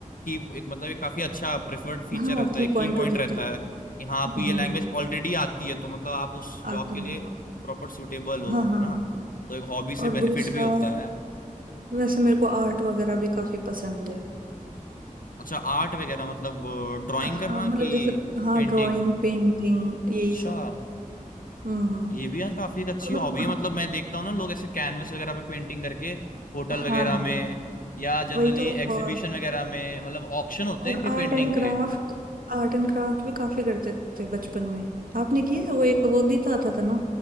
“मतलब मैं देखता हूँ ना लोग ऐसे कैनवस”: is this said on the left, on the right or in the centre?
Left